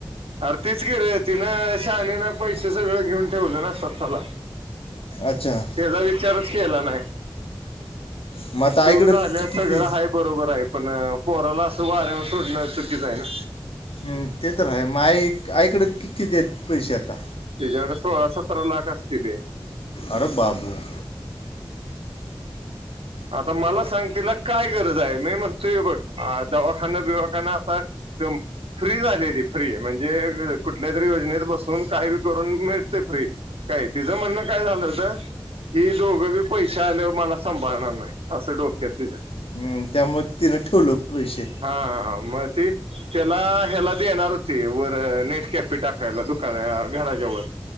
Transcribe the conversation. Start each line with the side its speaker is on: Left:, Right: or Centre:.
Right: अर, तीच कि रे. तिनं शाहाणीन पैसे सगळं घेऊन ठेवले ना स्वतःला.
Left: अच्छा
Right: त्याचा विचारच केला नाय.
Left: मग आता आईकडं
Right: तुग झाले
Left: कि किती
Right: सगळं आहे बरोबर आहे पण कोरोना असं वाऱ्यावर सोडणं चुकीच आहे ना.
Left: हम्म, ते तर आहे माई आईकड कितीत ए पैसे आता?
Right: तीच्याकडे सोळा सतरा लाख असतीलय.
Left: अरे बाबू! !
Right: हम्म. आता मला सांग, तिला काय गरज आहे? मी म्हणतोय बघ दवाखाना बिवाखाना आता फ्री झाली ती फ्री म्हणजे कुठल्या तरी योजनेत बसून काय बी करून मिळतय फ्री, काय तिच म्हणण काय झालं होत, ही दोघं बी पैसे आल्यावर मला सांभाळणार असं डोक्यात तिच्या,
Left: हम्म, त्यामुळे तिनं ठेवलं पैसे
Right: हा मग ते त्याला ह्याला देणार होती वर नेट कॅपी टाकायला दुकान घराच्यावर